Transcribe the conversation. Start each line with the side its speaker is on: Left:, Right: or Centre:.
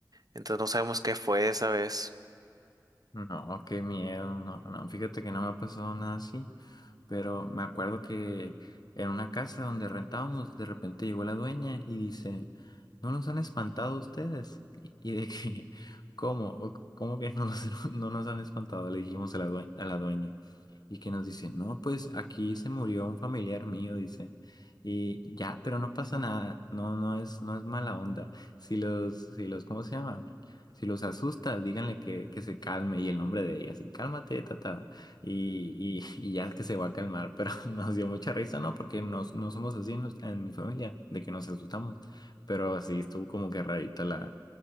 Right: Entonces no sabemos qué fue esa vez.
Left: No, qué miedo. No, no, fíjate que no me ha pasado nada así. Pero me acuerdo que en una casa donde rentábamos, de repente llegó la dueña y dice, ¿no nos han espantado ustedes? Y, y de que, <laughs> ¿cómo? O- ¿Cómo que no nos, <laughs> no nos han espantado? Le dijimos a la due- a la dueña. Y que nos dice, no, pues aquí se murió un familiar mío, dice. Y ya, pero no pasa nada, no, no es, no es mala onda. Si los, si los, ¿cómo se llama? Si los asusta, díganle que, que se calme y el nombre de ella, así, cálmate, tata y, y, y ya es que se va a calmar, pero <laughs> nos dio mucha risa, ¿no? Porque nos, no somos así nos- en mi familia, de que nos asustamos, pero sí estuvo como que rarita la,